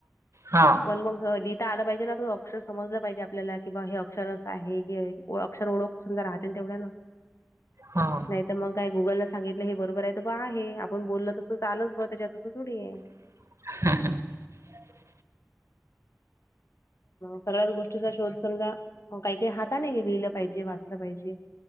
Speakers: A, on the right; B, on the left.
A: हा.
B: पण मग लिहिता आलं पाहिजे ना, त अक्षर समजलं पाहिजे आपल्याला कि बा हे अक्षर असं आहे की अक्षर ओळख समधा राहते तेवढ्याला
A: हा.
B: नाही तर मग काय गुगलला सांगितलं हे बरोबर आहे तर ब आहे. आपण बोलल तसं चालच ब त्याच्यात तसं थोडी आहे.
A: ह.
B: सगळ्याच गोष्टीचा शोध चलग काही काही हाताने बी लिहिलं पाहिजे वाचलं पाहिजे.